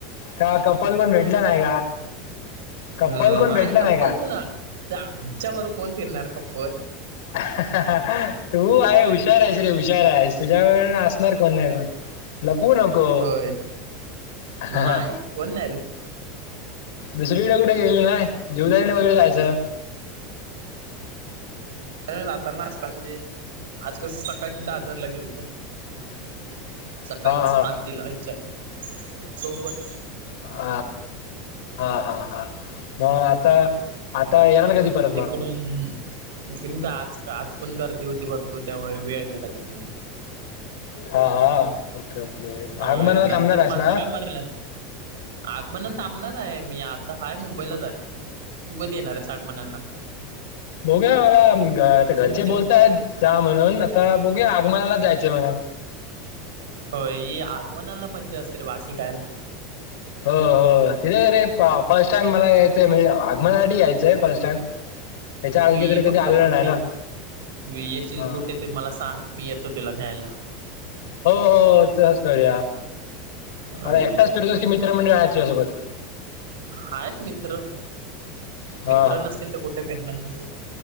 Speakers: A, on the left; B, on the right.
A: का कपाल पण भेटलं नाही का?
B: हम्
A: कपल कोण भेटलं
B: आहेय कप्पल
A: नाही का
B: कोण आमच्या बरो कोण फिरणार कप्पल
A: हा हा हा, तू आहे उशी हुशार आहेस रे हुशार आहेस तुझ्यासोबत असणार कोण नाही कोण, नको नको.
B: होय
A: आहा
B: नाही
A: हा
B: कोण नाही
A: दुसरीकड कु गेले नाही जीवदानी वगैरे जायचं.
B: त्या राहताना आजकाल म्हणजे आजकाल सकाळी दादरला गेलो होतो.
A: <inaudible>
B: सकाळीच
A: हा
B: आरती आयच्या <inaudible> सोबत
A: ह हा हा हा हा मग आता? आता येणार कधी परत मग
B: तिकडून तर आज आज पण गर्दी दि होती भरपूर त्यामुळे वेळ गेला तिकडे.
A: हा हा ओके ओके
B: होय
A: आगमनाला
B: नंतर
A: थांबणार आहेस
B: मग आता
A: ना
B: काय मरला आग म नंतर थांबणार आहे मी आता हाय मुंबईलाच आहे तू कधी येणार आहेस आगमनाना?
A: बोघूया मला आता घरचे
B: मजा
A: बोलता
B: करू.
A: आहेत जा म्हणून आता बोघूया. आगमनाला जायच म हा.
B: हो आगवनाला मज्जा असते रे बाकी काय ना?
A: हो हो तिथे अरे फर्स्ट टाईम मला यायचंय म्हणजे आगमनासाठी यायचंय फर्स्ट टाइम त्याच्या आगे
B: तू ये
A: तरी
B: फक्त,
A: कधी आलेलं
B: कुठे?
A: नाही ना
B: म येशील
A: हा
B: कुठे ते मला सांग? मी येतो तिला न्यायला.
A: हो हो तच करूया.
B: होय
A: मला एकटाच फिरतोस की मित्र मंडळी आहेत तुझ्यासोबत?
B: आहेत मित्र
A: हा
B: मित्र नसतील तर कुठे फिरणार?